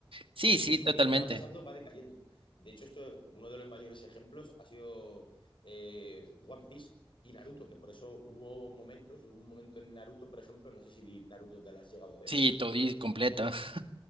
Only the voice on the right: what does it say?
Sí,
sí,
totalmente.
Sí, todo completo. <laughs>